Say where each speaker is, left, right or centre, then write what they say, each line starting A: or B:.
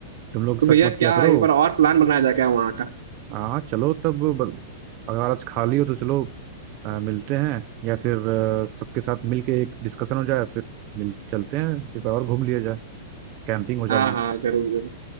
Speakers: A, on the right; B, on the right.
A: तुम लोग
B: तो
A: शक
B: भैया
A: मत
B: क्या
A: किया करो
B: एक बार और प्लान बनाया जाए क्या वहाँ का
A: हाँ चलो तब ब- अगर आज खाली हो तो चलो आ, मिलते हैं या फिर आ, सबके साथ मिलके एक डिस्कशन हो जाए फिर मिल चलते हैं एक बार और घूम लिया जाए कैंपिंग हो जाए
B: हाँ
A: वहाँ
B: हाँ जरूर जरूर